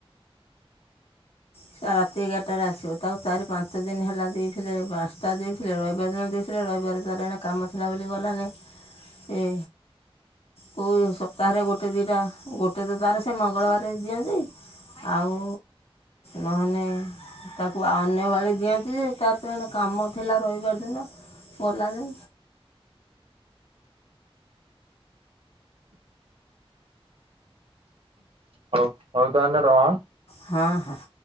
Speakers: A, on the left; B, on the right.
A: ସେ ରାତି ଏଗାରଟାରେ ଆସିବ ତାକୁ ଚାରି ପାଞ୍ଚ ଦିନ ହେଲା ଦେଇଥିଲେ ପାଞ୍ଚଟା ଦେଇ ଥିଲେ ରବିବାର ଦିନ ଦେଇଥିଲେ ରବିବାର ତାର ଜଣେ କାମ ଥିଲା ବୋଲି ଗଲାନି ସେ କୋଉ ସପ୍ତାହରେ ଗୋଟେ ଦିଟା ଗୋଟେ ତ ତାର ସେ ମଙ୍ଗଳବାର ଦିଅନ୍ତି। ଆଉ ନହନେ ତାକୁ ଅନ୍ୟ ବାଳି ଦିଅନ୍ତି ଯେ ତାର ତ କାମ ଥିଲା ରବିବାର ଦିନ ଗଲାନି।
B: ହଉ ହଉ ତାହେଲେ ରହ
A: ହଁ-ହଁ।